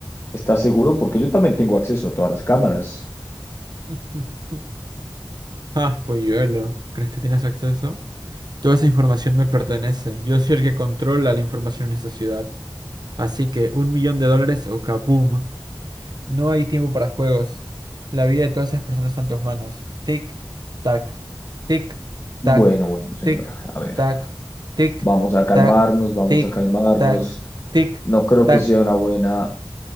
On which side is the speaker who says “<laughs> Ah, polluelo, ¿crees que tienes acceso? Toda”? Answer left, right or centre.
Right